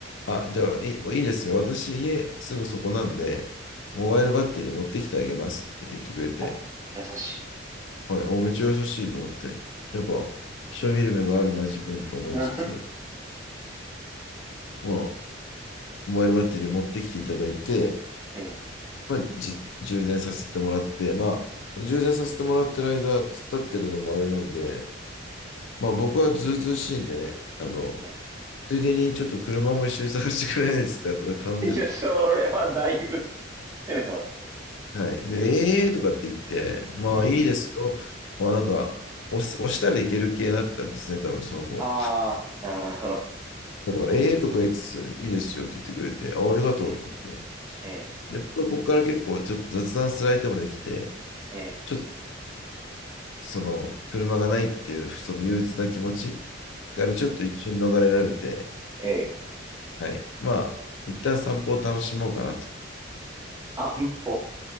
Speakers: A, on the left; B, on the right.
A: あ、じゃあ、いい、いいですよ。私、家すぐそこなんで、モバイルバッテリー持ってきてあげますって言ってくれて、
B: あ、優しい。
A: はい、お、めっちゃ優しいと思って、やっぱ、人見る目があるな、自分と思いつつ、
B: うん
A: まあ、モバイルバッテリー持ってきていただいて、
B: <laughs> え、
A: まあ、じ充電させてもらって、まあ、その充電させてもらってる間、突っ立ってるのもあれなんで、まあ僕はずうずうしいんでね、あの、
B: え、え
A: ついでにちょっと車も一緒に探してくれないですかとか頼んで
B: え、<laughs> いや、それはだいぶ <laughs> 攻めてますね。
A: はい。で、ええーとかって言って、まあいいですよ。
B: ええ、
A: まあなんか、押す押したらいける系だったんですね、多分その子は。
B: あー、なるほど、<laughs> なるほど。
A: だから、ええーとか言いつつ、いいですよって言ってくれて、あ、ありがとうって言って。
B: え、え、
A: で、僕はここから結構ちょっと雑談する相手もできて、
B: ええ、
A: ちょっとその車がないっていうその憂鬱な気持ちからちょっと一瞬逃れられて、
B: ええ、ええ、
A: はい。まあ、一旦散歩を楽しもうかなと。
B: 安保。